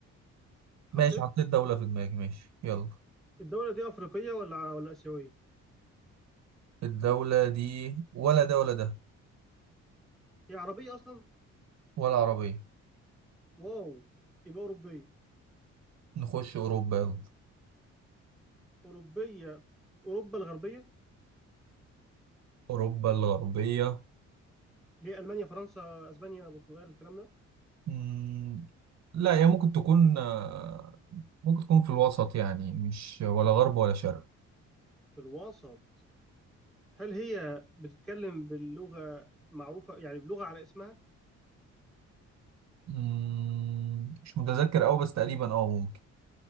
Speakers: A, in the centre; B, on the right.
A: حطيت
B: ماشي حطيت دولة في دماغي ماشي يلا
A: الدولة دي أفريقية ولا ولا آسيوية
B: الدولة دي ولا ده ولا ده
A: هي عربية أصلا
B: ولا عربية
A: واو يبقى أوروبية
B: نخش أوروبا يلا
A: أوروبية في أوروبا الغربية
B: أوروبا الغربية
A: ليه ألمانيا فرنسا أسبانيا البرتغال الكلام ده
B: مم. لا هي ممكن تكون آه، ممكن تكون في الوسط يعني مش ولا غرب ولا شرق
A: في الوسط هل هي بتتكلم باللغة معروفة يعني بلغة على اسمها
B: مم. مش متذكر أوي بس تقريبا اه ممكن